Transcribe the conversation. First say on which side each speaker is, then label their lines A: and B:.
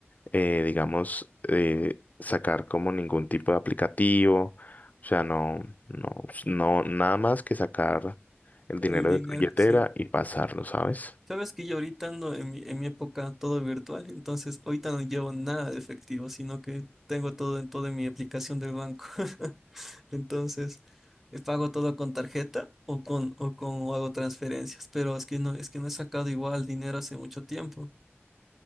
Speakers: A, on the left; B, in the centre.
A: eh, digamos, eh, sacar como ningún tipo de aplicativo, o sea, no, no, no, nada más que sacar el
B: El
A: dinero
B: dinero,
A: de tu billetera
B: sí.
A: y pasarlo, ¿sabes?
B: Sabes que yo ahorita ando en mi, en mi época todo virtual, entonces ahorita no llevo nada de efectivo, sino que tengo todo en toda mi aplicación del banco. <laughs> Entonces, eh, pago todo con tarjeta o con, o con o hago transferencias, pero es que no, es que no he sacado igual dinero hace mucho tiempo,